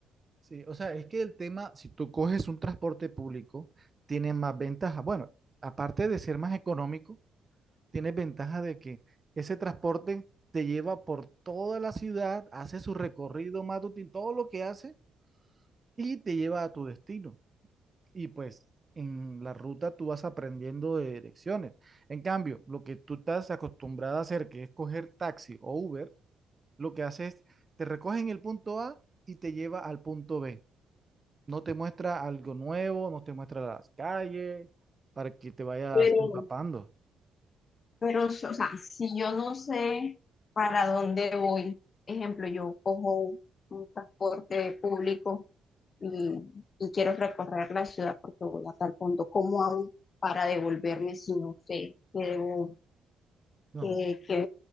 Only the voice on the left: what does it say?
pero,
pero, o sea, si yo no sé para dónde voy, ejemplo, yo cojo un transporte público y, y quiero recorrer la ciudad porque voy a tal punto, ¿cómo hago para devolverme si no sé qué debo,
qué, qué-